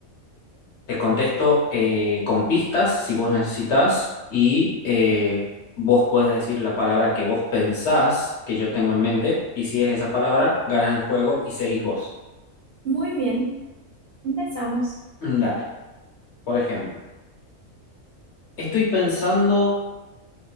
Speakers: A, on the left; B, on the right.
A: Te contesto eh, con pistas si vos necesitas y eh, vos puedes decir la palabra que vos pensás que yo tengo en mente y si es esa palabra, ganas el juego y seguís vos.
B: muy bien, empezamos
A: Mm, Dale, por ejemplo, estoy pensando